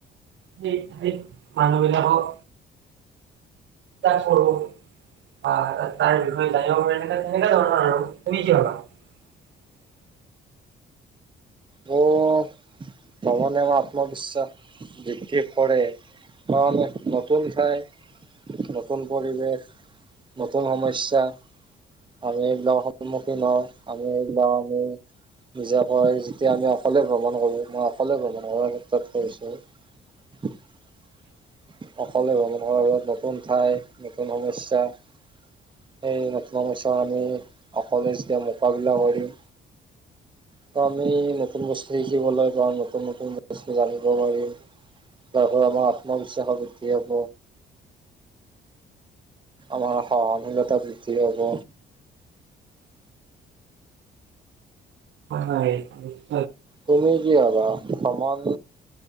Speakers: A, on the right; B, on the right.
A: সেই ঠাইত মানুহবিলাকক া <unintelligible> ক সৰুো বা তাৰ বিষয়ে জানিব পাৰি তে তেনেুৱা ধৰণৰ আৰু তুমি কি ভাবা <unintelligible>
B: মোৰ ভ্ৰমণে আমাৰ আত্মবিশ্বাস বৃদ্ধি কৰে, কাৰি নতুন ঠাই নতুন পৰিৱেশ, নতুন সমস্যা, আমি এইবিলাকৰ সন্মুখীন হওঁ, আমি এইবিলাক, আমি নিজাকৈ যেতিয়া আমি অকলে ভ্ৰমণ কৰোঁ, মই কলে ভ মানে ক্ষেত্ৰত কৈছোঁ <unintelligible> অকলে ভ্ৰমণ কৰাৰ লগত নতুন ঠাই নতুন সমস্যা সেই নতুন সমস্যা আমি অকোৱলে যেতিয়া মোকাবিলা কৰিম ত 'আমি নতুন বস্তু শিকিবলৈ পাওঁ, নতুন নতুন বস্তু জানিব পাৰিম, তাৰ পৰা আমাৰ আত্মবিশ্বাস বৃদ্ধি হ'ব। আমাৰ সহনশীলতা বৃদ্ধি হব।
A: হয়, ন <unintelligible>
B: তুমি কি ভাবা? সমমাৰ